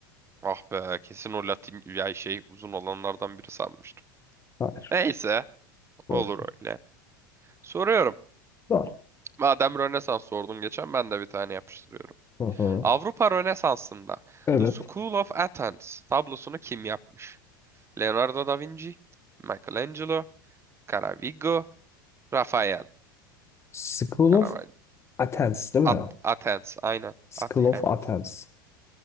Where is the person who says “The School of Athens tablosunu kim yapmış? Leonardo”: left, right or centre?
Right